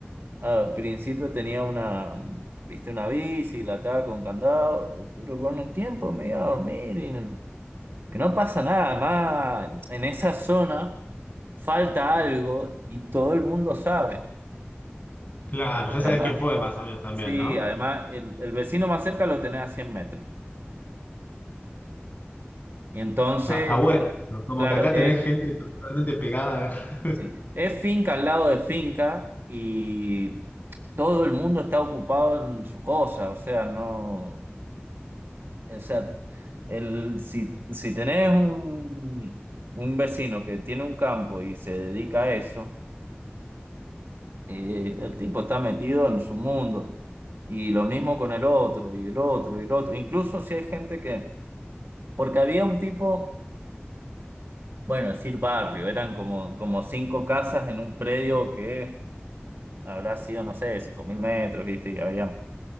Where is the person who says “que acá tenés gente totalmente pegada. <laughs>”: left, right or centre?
Left